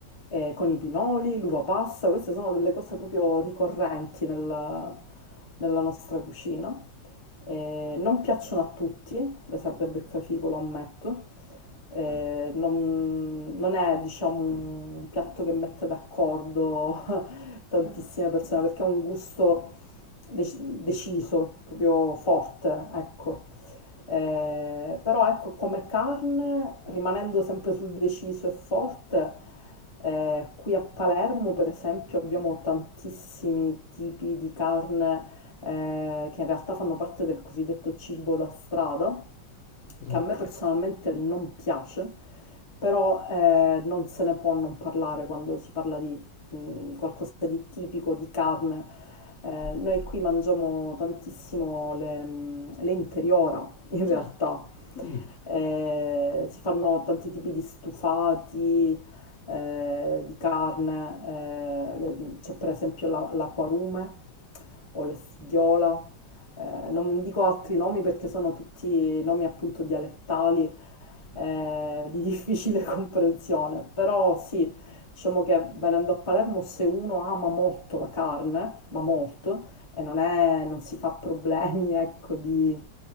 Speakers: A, on the left; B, on the left.
A: eh, con i pinoli, l'uva passa, queste sono delle cose proprio ricorrenti nel- nella nostra cucina. Eh, non piacciono a tutti, le serve il beccafico, lo ammetto, eh, non, non è diciamo un piatto che mette d'accordo <laughs> tantissime persone perché ha un gusto dec- deciso, proprio forte, ecco. Eh, però ecco, come carne, rimanendo sempre sul deciso e forte, eh, qui a Palermo, per esempio, abbiamo tantissimi tipi di carne eh, che in realtà fanno parte del cosiddetto cibo da strada,
B: Mm.
A: che a me personalmente non piace, però eh, non se ne può non parlare quando si parla di mh, qualcosa di tipico, di carne. Eh, noi qui mangiamo tantissimo le, mh, le interiora, in realtà,
B: Ah, mm,
A: eh, si fanno tanti tipi di stufati eh, di carne, eh, c'è per esempio la- l'acquarume o l'estigliola, eh, non dico altri nomi perché sono tutti nomi appunto dialettali eh, di difficile <laughs> comprensione, però sì, diciamo che venendo a Palermo se uno ama molto la carne, ma molto, e non è- non si fa problemi, <laughs> ecco, di